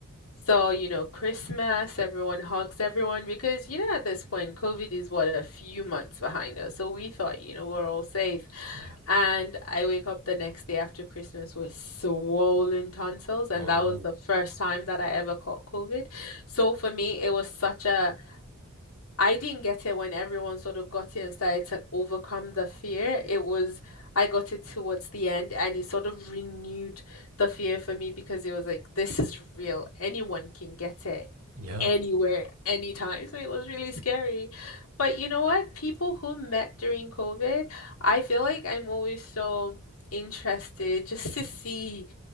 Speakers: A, on the left; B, on the right.
A: So, you know, Christmas, everyone hugs everyone because, you know, at this point, COVID is what a few months behind us. So we thought, you know, we're all safe.
B: hmm
A: And I wake up the next day after Christmas with swollen tonsils, and
B: Oh
A: that
B: no.
A: was the first time that I ever caught COVID. So for me, it was such a I didn't get it when everyone sort of got it and started to overcome the fear. It was, I got it towards the end and it sort of renewed the fear for me because it was like, this is real. Anyone can get it
B: Yeah.
A: anywhere, anytime. So it was really scary. But you know what? People who met during COVID, I feel like I'm always so interested just to see